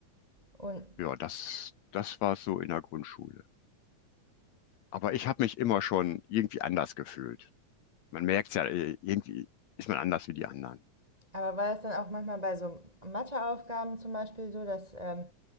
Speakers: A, on the right (about 15°); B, on the left (about 70°).
A: Und
B: Ja, das, das war so in der Grundschule. Aber ich habe mich immer schon irgendwie anders gefühlt. Man merkt's ja, äh, irgendwie ist man anders wie die anderen.
A: aber war das dann auch manchmal bei so Matheaufgaben zum Beispiel so, dass, ähm,